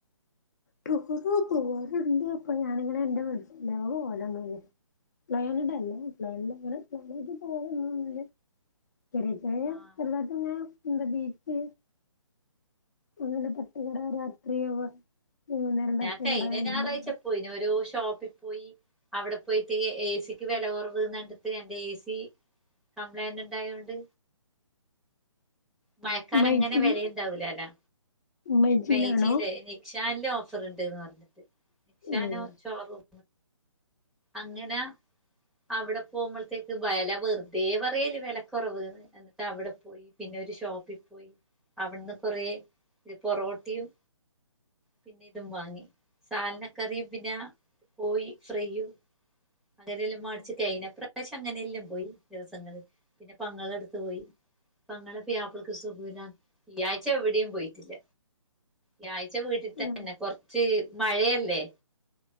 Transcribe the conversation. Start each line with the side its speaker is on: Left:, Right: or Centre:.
Left: ടൂർ പോവാറുണ്ട് ഇപ്പോ ഞാനങ്ങനെ <inaudible> <unintelligible> ചെറിയ ചെറിയ
Centre: ആഹ്
Left: ചെറുതാട്ടങ്ങനെ <unintelligible> അങ്ങനെ <unintelligible> വൈകുന്നേരം
Centre: ഞാൻ
Left: തട്ടുകട
Centre: കഴിഞ്ഞ
Left: അല്ലെങ്കിൽ
Centre: ഞായറാഴ്ച പോയി, ഓരോ ഷോപ്പിൽ പോയി അവിടെ പോയിട്ട് എ സി ക്ക് വില കുറവൂന്ന്ണ്ടിട്ട് എന്റെ എ സി കംപ്ലൈൻ്റ് ണ്ടായോണ്ട് മഴക്കാലം
Left: മൈജിൽ
Centre: ങ്ങനെ വരേണ്ടാവ് ല ല്ലോ
Left: മൈജിയിലാണോ
Centre: മൈജിയില്ലേ നിക്ഷാൻൽ ഓഫർ ണ്ട്ന്ന് പറഞ്ഞിട്ട് നിക്ഷാനോ
Left: ഉം
Centre: ഷോറൂം അങ്ങനെ അവിടെ പോകുമ്പൾത്തേക്ക് വില വെറുതെ പറയുക വിലക്കുറവേന്ന് എന്നിട്ടവിടെ പോ പിന്നെ ഒരു ഷോപ്പിൽ പോയി അവിടുന്ന് കൊറേ പൊറോട്ടയും പിന്നെ ഇതും വാങ്ങി സാലനക്കറിയും പിന്നെ കോഴി ഫ്രൈയും അങ്ങനല്ലാം മാടിച്ച് കഴിഞ്ഞ പ്രാവശ്യം അങ്ങനെയെല്ലാം പോയി ദിവസങ്ങള് പിന്നെ പങ്ങളടുത്ത് പോയി പങ്ങളെ പുയാപ്ളക്ക് സുഖോല്ല ഈ ആഴ്ച എവിടെയും പോയിട്ടില്ല. ഈയാഴ്ച വീട്ടിത്തന്നെ
Left: ആഹ്
Centre: കൊറച്ച് മഴയല്ലേ